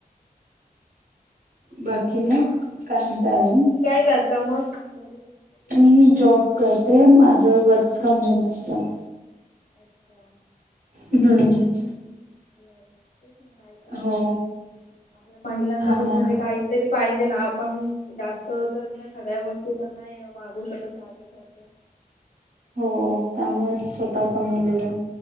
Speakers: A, on the right; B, on the left.
A: बाकी
B: तुम्ही
A: मग काय म्हणता अजून
B: काय करता मग? घरीच असते
A: मी जॉब करते माझं वर्क फ्रॉम होम असतं.
B: अच्छा
A: हम्म हम्म.
B: <inaudible> काहीतरी
A: हो
B: पाहिजे आपल्या महिलांना
A: हा
B: पण
A: ना
B: म्हणजे काही तरी पाहिजे ना आपण जास्त तर नाय सगळ्या गोष्टी तर नाय तेव मागू शकत सारख्या सारख्या
A: हो त्यामुळेच स्वतः कमवलेलं